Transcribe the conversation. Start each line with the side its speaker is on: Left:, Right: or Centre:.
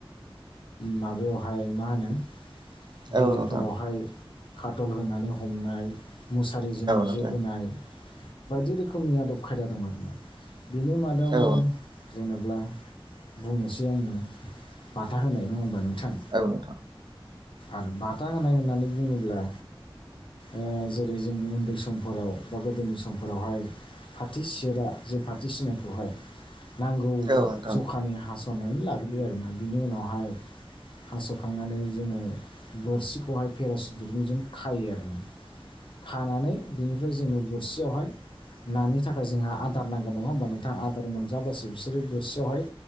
Left: माबायावहाय मा होनो बिलोफोरावहाय
Right: औ नोंथां औ नोंथां औ नोंथां औ
Left: खाथल होनानै हमनाय मुसारिजों
Right: नोंथां
Left: जे बोनाय बायदि रोखोमनि आदब खायदा दं आरोना बिनि मादायावनो
Right: औ
Left: जेनब्ला बुंनोसै आङो हा होनाय नङा होमबा नोंथां?
Right: औ नोंथां।
Left: आरो बाथा होनाय होननानै बुङोब्ला ओ जेरै जों उन्दै समफोराव बा गोदोनि समफोरावहाय फाथो सेरा जे फाथै सिनाखौहाय नांगौ
Right: औ नोंथां औ नोंथां
Left: जखानि हास'नानै लाग्रोयो आरोना बिनि उनावहाय हास'खांनानै जोङो बोरसिखौहाय पेरासिटुलजों खायो आरो ना। खानानै बिनिफ्राय जोङो बोरसियावहाय नानि थाखाय जोंहा आदार नांगौ नङा होमबा नोंथां आदार मोनजाब्लाासो बिसोरो बोरसियावहाय